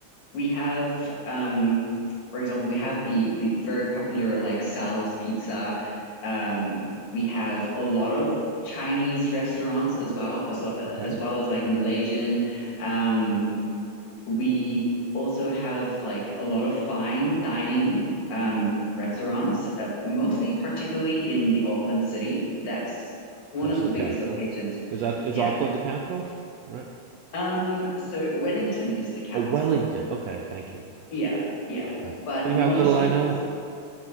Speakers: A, on the left (about 85°); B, on the right (about 80°).
A: we have um, for example, we have the the, the very popular like Sal's Pizza. Um, we have a lot of Chinese restaurants as well as lo- as
B: Okay.
A: well as like Malaysian. Um, we also have like a lot of fine dining um, restaurants, uh, mostly particularly in the Auckland city. That's one
B: That's
A: of
B: the
A: the biggest
B: capital.
A: locations.
B: Is that, is
A: Yeah.
B: Auckland the capital? Right.
A: Um, so Wellington is the capital.
B: Oh, Wellington. Okay. Thank you.
A: Yeah, yeah.
B: Okay.
A: But
B: See
A: most
B: how little I
A: people
B: know?